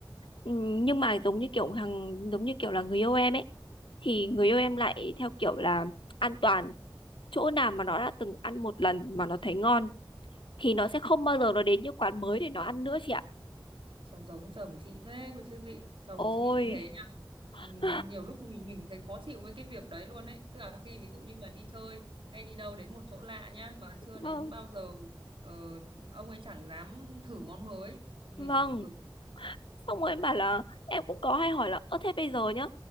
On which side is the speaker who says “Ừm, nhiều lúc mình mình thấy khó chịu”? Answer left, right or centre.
Right